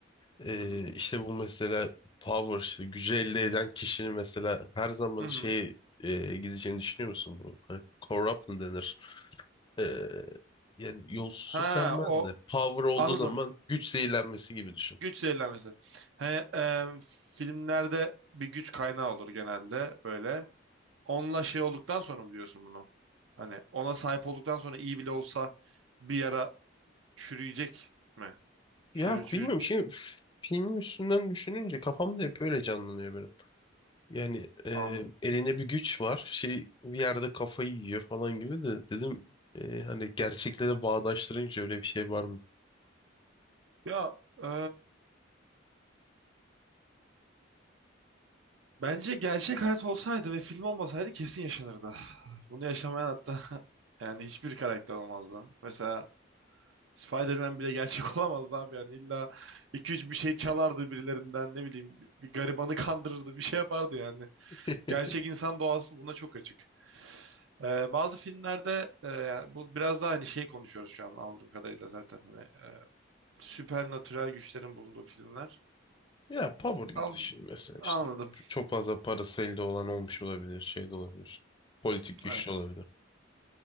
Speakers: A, on the left; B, on the right.
A: E,
B: Hı hı.
A: işte bu mesela power işte gücü elde eden kişinin mesela her zaman
B: Hı hı.
A: şey gideceğini düşünüyor musun bu? Hani corruption denir. E, yani yolsuzluk
B: Ha
A: denmez
B: o
A: de power olduğu
B: anladım.
A: zaman güç zehirlenmesi gibi düşün.
B: Güç zehirlenmesi. He, e, filmlerde bir güç kaynağı olur genelde böyle. Onunla şey olduktan sonra mı diyorsun bunu? Hani ona sahip olduktan sonra iyi bile olsa bir yara çürüyecek mi? Çürü,
A: Ya
B: çürü,
A: bilmiyorum
B: çü-
A: şimdi f- film üstünden düşününce kafamda hep öyle canlanıyor benim. Yani e,
B: Anladım.
A: eline bir güç var. Şey bir yerde kafayı yiyor falan gibi de dedim e, hani gerçekle de bağdaştırınca öyle bir şey var mı?
B: Ya e, Bence gerçek hayat olsaydı ve film olmasaydı kesin yaşanırdı. Bunu yaşamayan hatta <laughs> yani hiçbir karakter olmazdı. Mesela Spider-Man bile gerçek <laughs> olamazdı abi yani illa iki üç bir şey çalardı birilerinden ne bileyim bir garibanı kandırırdı bir şey yapardı yani.
A: <laughs>
B: Gerçek insan doğası buna çok açık. Ee, bazı filmlerde e, yani bu biraz daha hani şey konuşuyoruz şu an anladığım kadarıyla zaten hani, e, süpernatürel güçlerin bulunduğu filmler.
A: Ya power
B: Sal-
A: gibi düşün mesela
B: Anladım.
A: işte çok fazla parası elde olan olmuş olabilir, şey de olabilir. Politik güçlü
B: Evet.
A: olabilir.